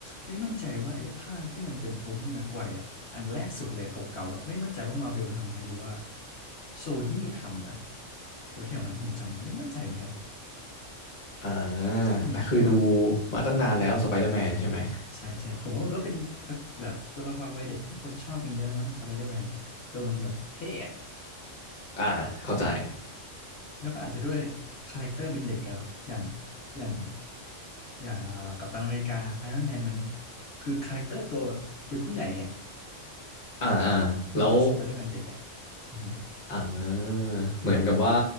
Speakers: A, on the left (about 60°); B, on the left (about 35°).
A: ไม่มั่นใจว่าไอ้ภาคที่มันเป็นโทบี้แม็กไกวร์อ่ะอันแรกสุดเลยเก่าๆอะไม่มั่นใจว่ามาเวลทำไหมหรือว่าโซนี่ทำนะแถวๆนั้นผมจำไม่มั่นใจเหมือนกัน
B: อ่า
A: อืมแต่ว่า
B: แต่คือดูมาตั้งนานแล้วสไปเดอร์แมนใช่ไหม
A: ใช่ใช่ผมว่ามันก็เป็นก็แบบตัวละครวัยเด็กที่คนชอบกันเยอะมั้งสไปเดอร์แมนตัวมันแบบเท่อะ
B: อ่าเข้าใจ
A: แล้วก็อาจจะด้วยคาแรคเตอร์เป็นเด็กอะเนาะอย่างอย่าง อย่างอ่ากัปตันอเมริกาไอรอนแมนมันคือคาแรคเตอร์ตัวเป็นผู้ใหญ่ไง
B: อ่าอ่าแล้ว
A: อ่าแต่สไปเดอร์แมนเด็กอ่ะอือฮึอ
B: อ่าเหมือนกับว่า